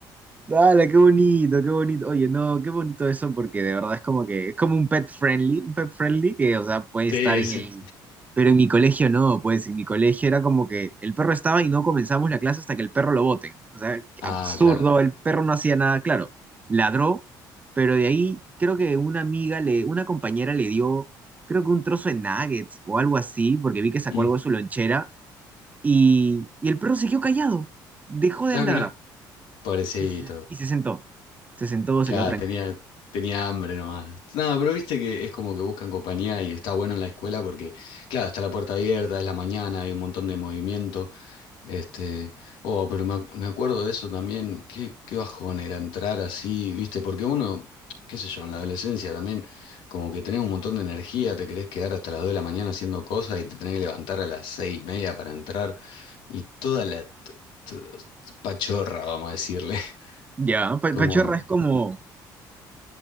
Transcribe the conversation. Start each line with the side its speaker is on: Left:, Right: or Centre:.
Right: Dale, qué bonito, qué bonito. Oye, no, qué bonito eso porque de verdad es como que es como un pet friendly, un pet friendly que, o sea, puede estar
Left: Sí,
Right: en
Left: sí.
Right: el... Pero en mi colegio no, pues en mi colegio era como que el perro estaba y no comenzamos la clase hasta que el perro lo boten. O sea,
Left: Ah,
Right: absurdo,
Left: claro.
Right: el perro no hacía nada, claro, ladró, pero de ahí creo que una amiga le, una compañera le dio, creo que un trozo de nuggets o algo así, porque vi que sacó
Left: Mm.
Right: algo de su lonchera y, y el perro siguió callado, dejó de
Left: Ah,
Right: ladrar.
Left: mira, pobrecito.
Right: Y se, y se sentó. Se sentó,
Left: Claro,
Right: se quedó tranquilo.
Left: tenía, tenía hambre nomás. No, pero viste que es como que buscan compañía y está bueno en la escuela porque, claro, está la puerta abierta, es la mañana, hay un montón de movimiento. Este, oh, pero me, ac- me acuerdo de eso también, qué, qué bajón era entrar así, ¿viste? Porque uno, qué sé yo, en la adolescencia también, como que tenés un montón de energía, te querés quedar hasta las 2 de la mañana haciendo cosas y te tenés que levantar a las seis y media para entrar y toda la t- t- pachorra, vamos a decirle,
Right: Ya,
Left: <laughs>
Right: pa-
Left: como,
Right: pachorra es como